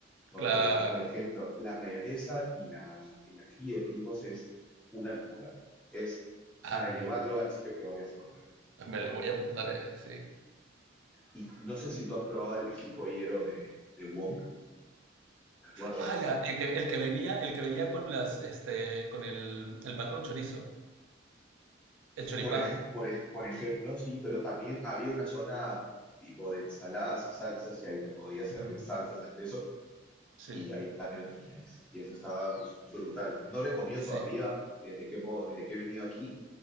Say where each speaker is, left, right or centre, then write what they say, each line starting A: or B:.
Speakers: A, in the centre; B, on the right.
A: porque,
B: Claro.
A: por ejemplo, la mayonesa y la, el ají de primos es una locura, es para
B: Anda.
A: llevarlo al sitio que vayas a comer.
B: Me la voy a apuntar, eh, sí.
A: Y no sé si tú has probado el ají pollero de, de Wong, ¿te acuerdas?
B: Ah, la- el que, el que venía, el que venía con las, este, con el, el pan con chorizo, el choripán.
A: Por, ej- por, ej- por ejemplo, sí, pero también había una zona tipo de ensaladas y salsas y ahí te podía servir
B: Ujú,
A: salsas al peso
B: Sí,
A: y ahí también lo tenías. Y eso estaba pues, brutal. No lo he comido
B: sí.
A: todavía desde que, hemo- desde que he venido aquí,